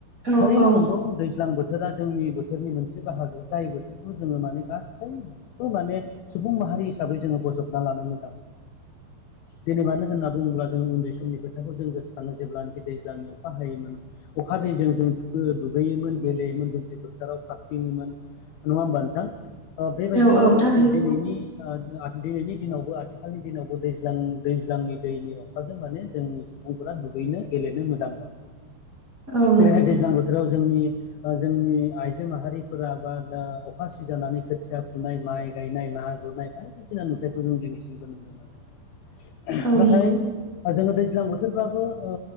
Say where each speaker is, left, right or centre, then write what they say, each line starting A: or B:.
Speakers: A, on the right; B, on the left.
A: औ
B: थारैनो
A: औ
B: नंगौ दैज्लां बोथोरा जोंनि बोथोरनि मोनसे बाहागो। जाय बोथोरखौ जोङो माने गासैबो माने सुबुं माहारि हिसाबै जोङो बजबना लानो मोजां मोनो।
A: <inaudible>
B: दिनै मानो होनना बुङोब्ला जोङो उन्दै समनि खोथाखौ जों गोसोखाङो जेब्लानाखि दैज्लांनि अखा हायोमोन अखा हादैजों जों दुगैयोमोन गेलेयोमोन दुब्लि फोथाराव खारथिङोमोन नङा होमबा नोंथां? ओ बेबायदिनो
A: औ औ थारैनो
B: दिनैनि
A: नंगौ
B: ओ दिनैनि दिनावबो आथिखालनि दिनावबो दैज्लां दैज्लांनि दैनि अखाजों माने जोंनि सुबुंफोरा दु गैनो गेलेनो मोजां मोनो।
A: औ नंगौ
B: जेरैहाय दैज्लां बोथोराव जोंनि ओ जोंनि आइजो माहारिफोरा बा दा अखा सिजानानै खोथिया फुनाय, माइ गायनाय, ना गुरनाय बायदिसिना नुथायाइखौ जों दिनैसिम नुनो मोनो।
A: औ
B: नाथाय
A: नंगौ
B: जोङो दैज ज्लां बोथोराबो ओ